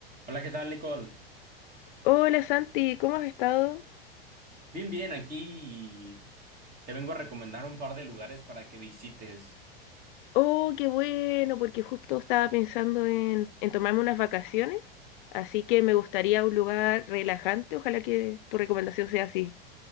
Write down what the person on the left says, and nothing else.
Hola Santi, ¿cómo has estado?
Oh, qué bueno, porque justo estaba pensando en, en tomarme unas vacaciones, así que me gustaría un lugar relajante, ojalá que tu recomendación sea así.